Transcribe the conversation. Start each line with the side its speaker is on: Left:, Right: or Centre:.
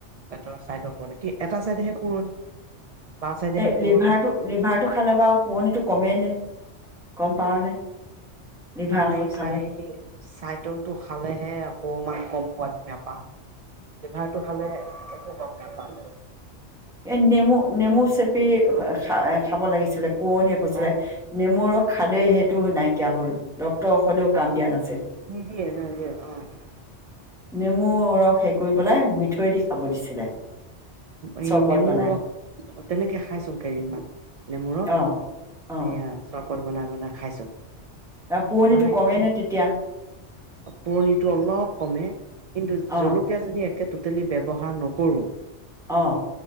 Right: পেটৰ ছাইডৰ পুৰণি, কি এটা ছাইডেহে পুৰণি? বাওঁ চাইডেহে
Centre: এই
Right: পুৰণি
Centre: লিভাৰটো লিভাৰটো খালে বাৰু পোৰণিটো কমেই নে? গম পাৱনে লিভাৰ
Right: নাই
Centre: ঔষধ
Right: নাই
Centre: খালে
Right: চাই চাই তলটো খালেহে অকমান গম পোৱা? নাপাও, লিভাৰটো খালে একো গম নাপাও।
Centre: এ নেমু নেমু চেপি খা খাব লাগিছিলে, <unintelligible> কৈছিলে।
Right: অ
Centre: নেমুৰ ৰস খালে সেইটো নাইকীয় হ'ল। ডক্তৰ ঔষধেও কাম দিয়া না
Right: <unintelligible>
Centre: নেমু ৰস হেৰি কৰি পেলাই মিঠা দৈ দি খাব দিছিলে।
Right: এই
Centre: চৰবত
Right: নেমু
Centre: বনাই
Right: ৰস তেনেকে খাইচুং কেইদিনমান। নেমু ৰস
Centre: অ অ
Right: এইয়া চ কাপত বনাই বনাই খাইছোঁ।
Centre: আৰু পুৰণিটো
Right: মানে
Centre: কমেই
Right: কি?
Centre: নে তেতিয়া
Right: পোৰণিটো অলপ কমে কিন্তু
Centre: অ
Right: জলকীয়াজনী টোটেলি ব্যৱহাৰ নকৰোঁ।
Centre: অহ।